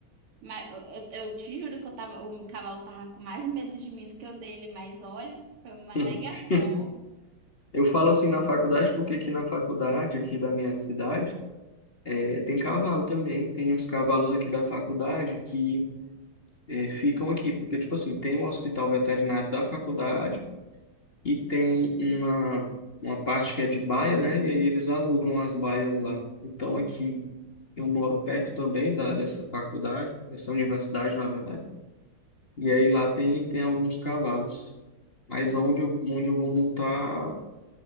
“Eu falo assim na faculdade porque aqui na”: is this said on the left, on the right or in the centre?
Left